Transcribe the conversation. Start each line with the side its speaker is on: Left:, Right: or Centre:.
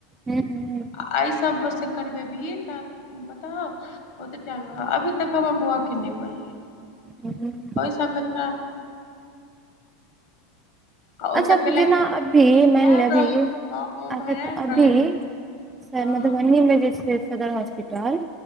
Right: हम्म हम्म।
Left: आ अइ सब में स करबेबही तऽ पता हउ ओते टाइम <unintelligible> अभी तक हमर बौआके नैय बनलै।
Right: हम्म
Left: सब में तोरा आ ओतऽ
Right: अच्छा
Left: कैलक
Right: तऽ जेना
Left: सबकुछ
Right: अभी
Left: भए
Right: माइनले अभी
Left: रहल
Right: अच्छा
Left: फॉर्म उम भरायल
Right: तऽ अभी
Left: रहै
Right: सर
Left: हँ
Right: मधुबनी में जे छैय सदर हॉस्पिटल